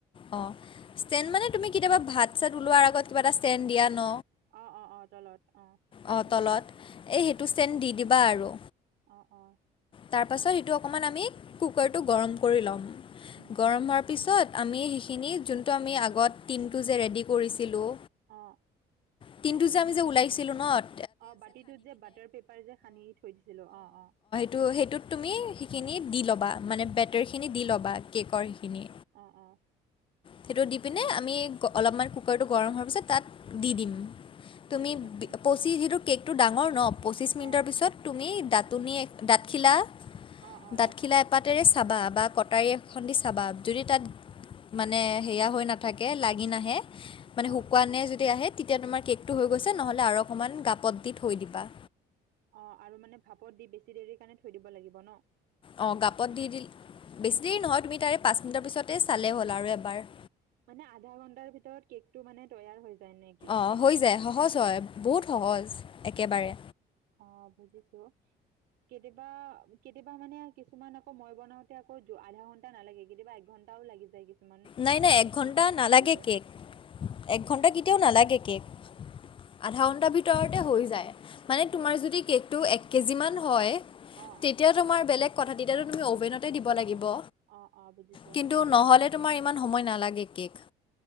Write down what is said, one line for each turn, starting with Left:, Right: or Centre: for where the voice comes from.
Left: অ, ষ্টেণ্ড মানে তুমি কেতিয়াবা ভাত চাত ওলোৱাৰ আগত কিবা এটা ষ্টেণ্ড দিয়া ন।
Right: অ অ অ তলত অ,
Left: অঁ
Right: বুজিছো।
Left: তলত এই সেইটো ষ্টেণ্ড দি দিবা আৰু।
Right: অ অ।
Left: তাৰপাছত এইটো অকণমান আমি কুকাৰটো গৰম কৰি ল'ম।
Right: উম,
Left: গৰম হোৱাৰ - পিছত আমি সেইখিনি যোনটো আমি আগত টিমটো যে ৰেডি কৰিছিলোঁ।
Right: অঁ।
Left: টিনটো যে আমি যে ওলাইছিলোঁ নত।
Right: অ, বাতিটোত যে বাটাৰ পেপাৰ যে সানি থৈ দিছিলো অ অ।
Left: তো সেইটোত তুমি সেইখিনি দি ল'বা মানে বেটাৰখিনি দি ল'বা কেকৰ সেইখিনি।
Right: অ অ।
Left: সেইটো দি পিনে আমি ক অলপমান কুকাৰটো গৰম হোৱাৰ পিছত তাত দি দিম। তুমি
Right: ঠিক আছে
Left: পঁচি যিহেতু কেকটো ডাঙৰ ন পঁচিছ মিনিটৰ
Right: অঁ
Left: পিছত - তুমি দাঁতুনী, দাঁতখিলা
Right: অঁ অঁ
Left: দাঁতখিলা এপাত - তেৰে চাবা বা কটাৰী এখন দি চাবা, যদি তাত - মানে সেয়া হৈ নাথাকে লাগি নাহে, মানে
Right: অঁ
Left: শুকোৱানে যদি আহে - তেতিয়া তোমাৰ কেকটো হৈ গৈছে, নহ'লে আৰু অকণমান গাপত দি থৈ দিবা।
Right: অ, আৰু মানে ভাপত দি বেছি দেৰি কাৰণে থৈ দিব লাগিব ন?
Left: অ, গাপত দি দিল বেছি দেৰি নহয় তুমি তাৰে পাঁচ মিনিটৰ পিছতে চালে হ'ল আৰু এবাৰ।
Right: মানে আধা ঘণ্টাৰ ভিতৰত কেক টো মানে তৈয়াৰ হৈ যায় নেকি?
Left: অ, হৈ যায় সহজ হয় বহুত সহজ একেবাৰে।
Right: অ, বুজিছো। কেতিয়াবা কেতিয়াবা মানে কিছুমান আকৌ মই বনাও তে আকৌ আধা ঘণ্টা নালাগে কেতিয়াবা একঘণ্টাও লাগি যায় কিছুমান।
Left: নাই নাই একঘণ্টা
Right: সেইকাৰণে মই
Left: নালাগে
Right: সুধিলো
Left: কেক, একঘণ্টা কেতিয়াও
Right: অ
Left: নালাগে কেক। আধা ঘন্টা ভিতৰতে হৈ যায়, মানে তোমাৰ যদি কেকটো এক - কেজিমান হয়।
Right: অ।
Left: তেতিয়া তোমাৰ বেলেগ কথা তেতিয়াতো তুমি অ'ভেনতে দিব লাগিব।
Right: অ অ বুজিছো।
Left: কিন্তু নহ'লে তোমাৰ ইমান সময় নালাগে কেক।